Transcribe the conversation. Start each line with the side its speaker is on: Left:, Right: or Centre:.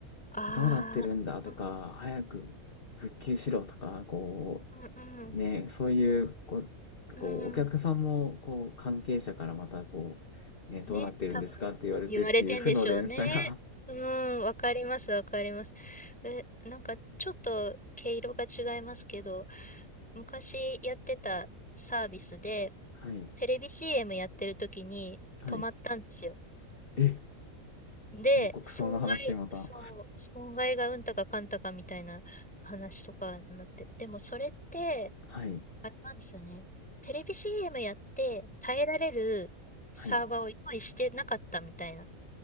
Centre: ああ、
Left: どうなってるんだとか、早く復旧しろとか、こ
Centre: うんうんうん
Left: う、ね、そういう、こう、
Centre: うんうん。
Left: こうお客さんも、こう、関係者からまた、こう、ね、どうなってるんですかって言われてっていう負の連鎖が。
Centre: ね、多分言われてんでしょうね。うん、わかります、わかります。え、なんかちょっと毛色が違いますけど、昔やってたサービスで、
Left: <laughs> はい。
Centre: テレビ CM やってる時に止まったんですよ
Left: はい。え、
Centre: で、
Left: 深刻そうな話、
Centre: 損害、
Left: また。
Centre: そう、損害がうんたかかんたかみたいな話とかになって、でもそれって、
Left: はい。
Centre: あれなんですよね。テレビ CM やって耐えられるサーバーを用意してなかったみたいな。
Left: はい。